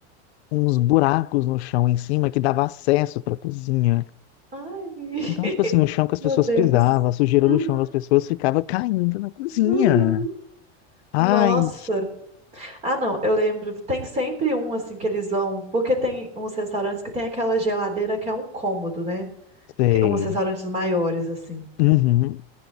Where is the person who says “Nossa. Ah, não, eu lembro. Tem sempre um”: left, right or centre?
Right